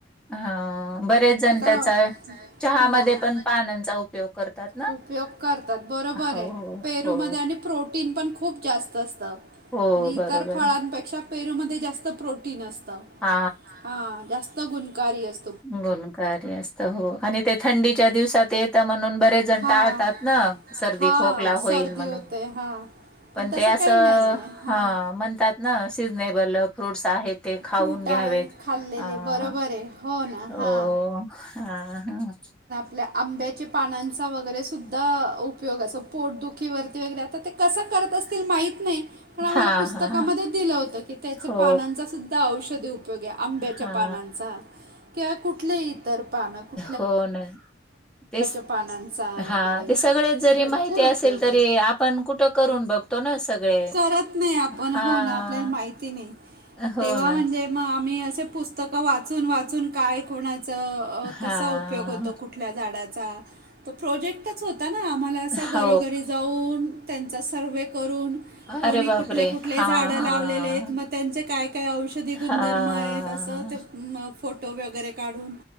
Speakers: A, in the centre; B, on the right.
A: अ, बरेच जन त्याचा,
B: वड्या चालतात,
A: चहामद्ये
B: हां चहा
A: पन पानांचा उपयोग करतात ना
B: उपयोग करतात बरोबर
A: हो
B: हाय, पेरूमद्ये
A: हो
B: आनी प्रोटीन पन खूप जास्त असतं
A: हो
B: आणि इतर
A: बरोबर
B: फळांपेक्षा
A: आहे
B: पेरूमद्ये जास्त प्रोटीन असतं,
A: हा
B: हा जास्त गुणकारी अस्तं
A: गुणकारी असतं हो, आणि ते थंडीच्या दिवसात येतं म्हणून बरे जण
B: हां
A: टाळतात ना, सर्दी
B: हा
A: खोकला होईन
B: सर्दी
A: म्हणून
B: होते हा
A: पण
B: तसं
A: ते असं,
B: काही नाही आहे हां
A: हा म्हणतात न, सिजनेबल फ्रूट्स आहेत. ते खाऊन
B: फ्रूट
A: घ्यावेत.
B: आहे, खाल्लेले,
A: हा
B: बरोबर आहे, हो ना,
A: हो
B: हा
A: हा, हा
B: आपल्या आंब्याच्या पानांचा वगैरे सुद्धा ऊप ऊपयोग असं, पोटदुखीवरती वगैरे, आता ते कसं करत असतील माहित नाई पण आम्हाला
A: हा
B: पुस्तकामद्ये
A: हा
B: दिलं होतं, की त्याचे
A: हो
B: पानांचा सुद्धा औषधी ऊप उपयोग आहे आंब्याच्या
A: हा
B: पानांचा किंवा कुठलेही इतर पानं कु
A: हो न, तेच,
B: पानांचा वगैरे
A: हा ते सगळेच जरी
B: भरपूर
A: माहिती असेल
B: उपयोग
A: तरी
B: आहे
A: आपण कुटं करून बग तो ना सगळे,
B: करत नाही आपण
A: हा,
B: हो ना आपल्याला माहिती नाही
A: हो
B: तेव्हा
A: ना
B: म्हणजे मग आम्ही असे, पुस्तकं वाचून, वाचून, काय कोणाचं, अ
A: हां,
B: कसा उपयोग होतो, कु कुठल्या झाडाचा, तो प्रोजेक्ट? टच होता ना, आम्हाला असं घरोघरी
A: हो.
B: जाऊन, त्यांचा सर्वे करून कोणी
A: अरे बापरे!
B: कुठले, कुठले
A: हां,
B: झाडं लावलेले आहेत, म त्यांचे काय, काय औषधी
A: हां.
B: गुणधर्म आहेत? असं ते म फोटो वगैरे काढून